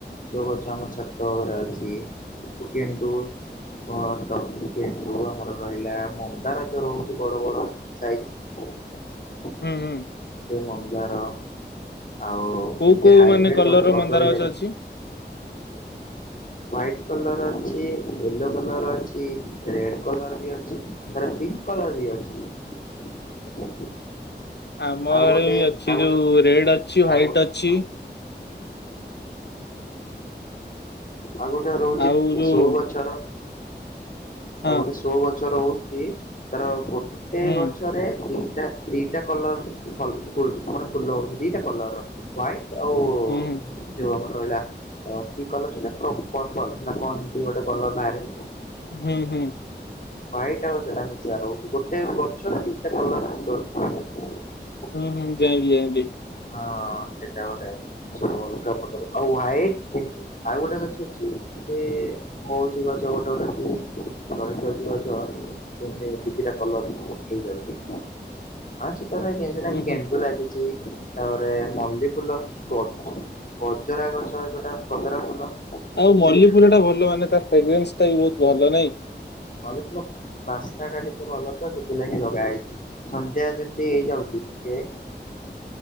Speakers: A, on the left (about 50°); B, on the left (about 65°).
A: ସବୁ ଗଛ ଆମ ଛାତରେ ଅଛି। ଗେଣ୍ଡୁ ବଟ ଗେଣ୍ଡୁ ଆମର ରହିଲା। ମନ୍ଦାର ଯୋଉ ରହୁଛି ବଡ ବଡ ସାଇଜ୍। <inaudible>
B: ହୁଁ ହୁଁ।
A: ସେ ମନ୍ଦାର ଆଉ
B: କୋଉ
A: ଏମତି
B: କୋଉ
A: ହାଇବ୍ରିଡ
B: ମାନେ କଲର
A: ଗଛ
B: ର
A: କଦଳୀ
B: ମନ୍ଦାର ଗଛ
A: ଲାଗି
B: ଅଛି?
A: ହ୍ଵାଇଟ୍ କଲର ଅଛି। ୟେଲୋ କଲର ଅଛି। ରେଡ୍ କଲର ବି ଅଛି। ପିଙ୍କ୍ କଲର ବି ଅଛି।
B: ଆମ
A: ଆଉ
B: ଘରେ
A: ଗୋଟେ
B: ବି ଅଛି।
A: ଆଉ ଗୋଟେ
B: ଯୋଉ ରେଡ୍ ଅଛି ହ୍ଵାଇଟ୍
A: ଆଉ
B: ଅଛି।
A: ଆଉ ଆଉ ଗୋଟେ ରହୁଛି
B: ଆଉ ଯୋଉ
A: ସୋ ଗଛର।
B: ହଁ
A: ଆଉ ଗୋଟେ ସୋ ଗଛ ରହୁଛି। ତାର ଗୋଟେ
B: ହୁଁ
A: ଗଛରେ ତିନ୍ ଟ ଦିଟା କଲର ଫଲ୍ ଗୋଟେ ଫୁଲ ହଉଛି। ଦିଟା କଲର ହାଇଟ୍ ଆଉ
B: ହୁଁ।
A: ମର ରହିଲା କି କଲର ସେଇଟା ପ୍ର ପର୍ପଲ ନା କନ୍ତି ଗୋଟେ କଲର ବାହାରେ।
B: ହୁଁ ହୁଁ।
A: ହ୍ୱାଇଟ୍ ଆଉ ସେଇଟା ମିଶା ରହୁଛି। ଗୋଟେ ଗଛରେ ଦିଟା କଲର ସୁନ୍ଦର <unintelligible>
B: ହୁଁ ହୁଁ ଜାଇଁଲି ଜାଇଁଲି।
A: ହଁ ସେଇଟା ଗୋଟେ ଚୋଲ୍। <unintelligible> ଆଉ ହାଇଟ୍ ଆଉ ଗୋଟେ ଗଛ ଅଛି। ଏ ହଉଛି ଗଛ ଗୋଟେ ଗୋଟେ ରହିଯାଉଛି ଗଛ ଦୁ ଦିଟା କଲର ହେଇଯାଉଛି। ଆଛ୍ ରେ କିଛି ନାହିଁ
B: ହୁଁ
A: ଗେଣ୍ଡୁ
B: ହୁଁ
A: ଲାଗିଛି। ତାପରେ ମଲି ଫୁଲ ଷ୍ଟୋର। କଜରା ଗଛ ଯୋଉଟା କଚରା ଫୁଲ
B: ଆଉ ମଲ୍ଲି
A: ସେଟା
B: ଫୁଲ ଟା ଭଲ ମାନେ ତାର ଫ୍ରୋଗ୍ରେନ୍ସ ଟା ବି ବହୁତ ଭଲ ନା
A: ନହଲେ ତ ବାସ୍ତା ଟା ଟିକେ ଭଲ ତ ସେଥିଲାଗି ଲଗା ହେଇଛି ସନ୍ଧ୍ୟା ଯେମତି ହେଇଯାଉଚି ସେ